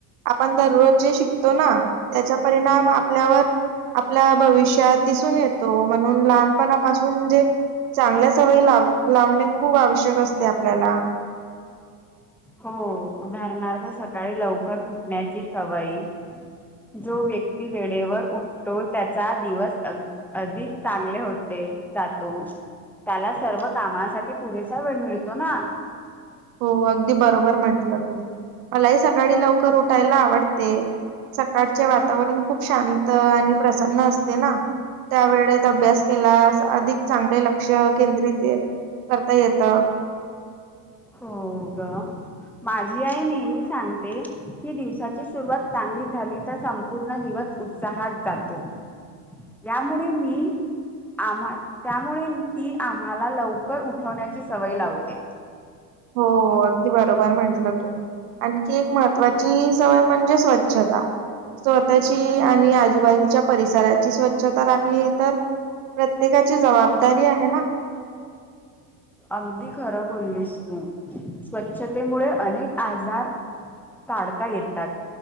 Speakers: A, on the right; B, in the centre.
A: आपण दररोज जे शिक तो ना त्याचा परिणाम आपल्यावर आपल्या भविष्यात दिसून येतो म्हणून लहानपणापासून जे चांगल्या सवयी लाव लावणे खूप आवश्यक असते आपल्याला.
B: हो उदाहरणार्थ सकाळी लवकर उठण्याची सवयी. जो व्यक्ती वेळेवर उठतो त्याचा दिवस अधिक चांगले होते. ते जातो, त्याला सर्व कामासाठी पुरेसा वेळ मिळतो ना.
A: हो अगदी बरोबर म्हंटलं तू, मलाही सकाळी लवकर उठायला आवडते. सकाळचे वातावरण खूप शांत आणि प्रसन्न अस तेना, त्या वेळेत अभ्यास केलास अधिक चांगले लक्ष केंद्रित करता येत.
B: हो ग. माझी आई नेहमी सांगते की दिवसाची सुरुवात चांगली झाली तर संपूर्ण दिवस उत्साहात जातो, यामुळे मी आम्हा त्यामुळे ती आम्हाला लवकर उठवण्याची सवय लावते.
A: हो अगदी बरोबर म्हंटलं तू. आणखी एक महत्वाची सवय म्हणजे स्वच्छता. स्वतःची आणि आजूबाजूच्या परिसराची स्वच्छता राखणे ही तर प्रत्येकाची जबाबदारी आहे ना.
B: अगदी खरं बोलीस तू स्वच्छतेमुळे अनेक आजार टाडता येतात,